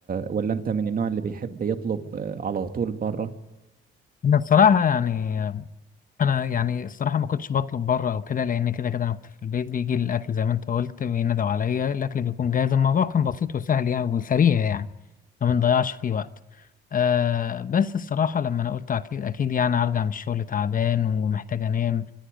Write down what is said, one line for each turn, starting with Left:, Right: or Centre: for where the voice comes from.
Right: ولا أنت من النوع اللي بيحب يطلب آه، على طول بره
Left: أنا بصراحة يعني انا يعني الصراحه ما كنتش بطلب بره او كده لان كده كده انا كنت في البيت بيجي لي الاكل زي ما انت قلت بينادوا عليا الاكل بيكون جاهز الموضوع كان بسيط وسهل يعني وسريع يعني ما بنضيعش فيه وقت آه بس الصراحه لما انا قلت اكيد اكيد يعني ارجع من الشغل تعبان ومحتاج انام